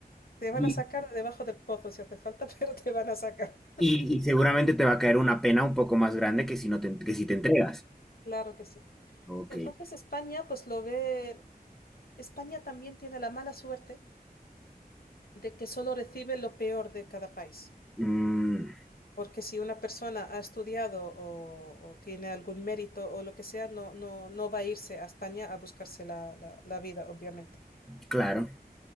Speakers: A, on the left; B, in the centre.
A: Te
B: Y,
A: van a sacar de debajo del pozo si hace falta, <laughs> pero te van a sacar.
B: y- y seguramente te va a caer una pena un poco más grande que si no te, que si te entregas.
A: Claro que sí.
B: Ok.
A: Entonces España, pues lo ve, España también tiene la mala suerte de que solo recibe lo peor de cada país.
B: Mm,
A: Porque si una persona ha estudiado o, o tiene algún mérito o lo que sea, no, no, no va a irse a España a buscarse la, la la vida, obviamente.
B: claro,